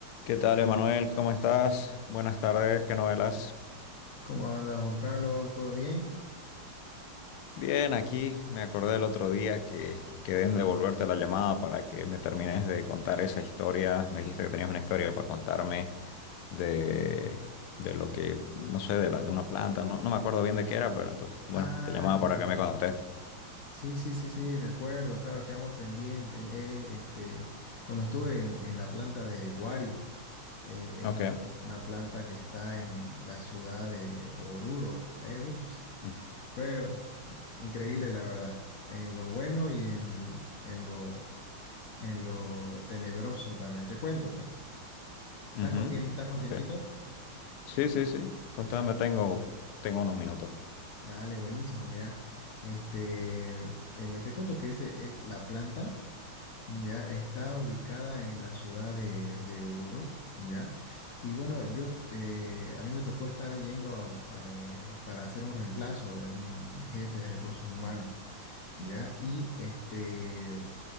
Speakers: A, on the left; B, on the left.
A: ¿Qué tal, Emanuel? ¿Cómo estás? Buenas tardes, ¿qué novelas?
B: ¿Cómo anda Juan Carlos? ¿Todo bien?
A: Bien, aquí me acordé el otro día que quedé en devolverte la llamada para que me termines de contar esa historia. Me dijiste que tenías una historia para contarme de, de lo que, no sé, de, la- de una planta, no, no me acuerdo bien de qué era, pero entonces, bueno,
B: Ah,
A: te llamaba
B: ya, ya.
A: para que me contes.
B: Sí, sí, sí, sí, recuerdo, claro, quedamos pendientes. eh, este, cuando estuve en, en la planta de Guari, eh, es
A: Ok.
B: una, una planta que está en la ciudad de Oruro. eh, ups,
A: Mm,
B: fue increíble, la verdad, en lo bueno y en, en lo, en lo tenebroso también. Te cuento, pues. ¿Estás
A: ujú,
B: con tiempo, estás con
A: Ok.
B: tiempito?
A: Sí, sí, sí. Contame,
B: Ya.
A: tengo, tengo unos minutos.
B: Dale, buenísimo. Mira, este, eh, te cuento que ese es la planta, ya está ubicada en la ciudad de, de Oruro, ya. Y bueno, yo, eh, a mí me tocó estar yendo a- eh, para hacer un reemplazo de un jefe de recursos humanos, ya. Y este,